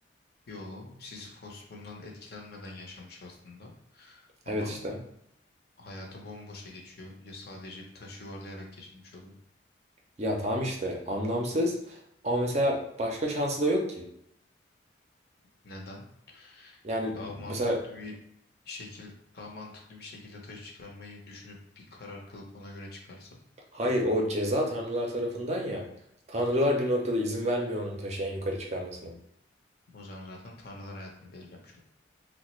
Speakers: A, on the left; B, on the right.
A: yo Sisyphos bundan etkilenmeden yaşamış aslında. Ama
B: Evet işte.
A: hayatı bomboşa geçiyor. Ya sadece bir taşı yuvarlayarak geçirmiş oluyor.
B: Ya tamam işte anlamsız ama mesela başka şansı da yok ki.
A: Neden?
B: Yani
A: daha mantıklı
B: mesela
A: bir şekil daha mantıklı bir şekilde taş çıkarmayı düşünüp bir karar kılıp ona göre çıkarsa
B: hayır o ceza tanrılar tarafından ya. Tanrılar bir noktada izin vermiyor onun taşı en yukarı çıkarmasına.
A: o zaman zaten tanrılar hayatını belirlemiş olur.